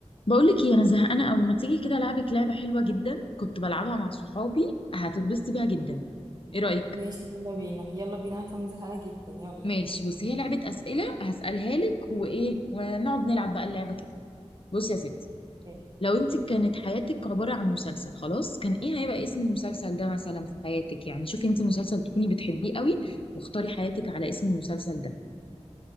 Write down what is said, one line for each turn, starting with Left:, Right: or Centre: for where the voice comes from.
Left: بقولك ايه انا زهقانه قوي ما تيجي كده العبك لعبه حلوه جدا كنت بلعبها مع صحابي هتتبسطي بيها جدا ايه رايك
Right: ماشي يلا بينا يلا بينا انا كمان زهقانه جدا يلا
Left: ماشي بصي هي لعبه اسئله هسالها لك وايه ونقعد نلعب بقى اللعبه كده بصي يا ستي
Right: ماشي
Left: لو انت كانت حياتك عباره عن مسلسل خلاص كان ايه هيبقى اسم المسلسل ده مثلا في حياتك يعني شوفي انت مسلسل تكوني بتحبيه قوي واختاري حياتك على اسم المسلسل ده